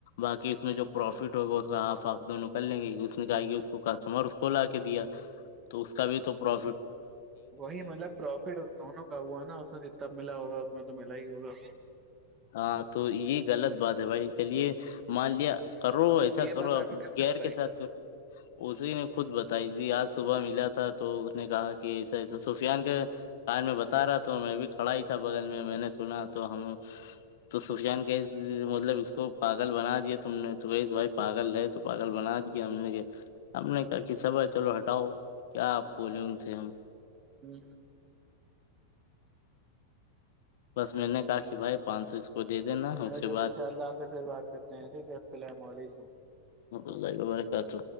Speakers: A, on the left; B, on the right.
A: باقی اس میں جو پروفٹ ہوگا اس کا آف آپ دونوں کر لیں گے اس نے کہا کہ اس کو کسٹمر اس کو لا کے دیا تو اس کا بھی تو پر
B: وہی مطلب پروفٹ دونوں کا ہوا نا اس میں جتنا ملا ہوگا اس میں تو ملا ہی ہوگا
A: ہاں تو یہ غلط بات ہے بھائی چلیے مان لیا کرو ایسا
B: یہ
A: کرو
B: بات
A: اب
B: آپ کو کس
A: گیر
B: نے بتائی
A: کے ساتھ کرو اسی نے خود بتائی تھی آج صبح ملا تھا تو اس نے کہا کہ ایسا ایسا سفیان کے کار میں بتا رہا تھا میں بھی کھڑا ہی تھا بغل میں میں نے سنا تو ہم تو سفیان کہ مطلب اس کو پاگل بنا دیا تم نے تو کہ بھائی پاگل ہے تو پاگل بنا دیا ہم نے کہ ہم نے کہا کہ سب ہے چلو ہٹاؤ کیا آپ بولے ان سے ہم
B: ہوں
A: بس میں نے کہا کہ بھائی پانچ سو اس کو دے دینا
B: چ
A: اس کے
B: پھر
A: بعد
B: انشاء اللہ سے پھر بات کرتے ہیں ٹھیک ہے السلام علیکم
A: لگ گ مارے کا تو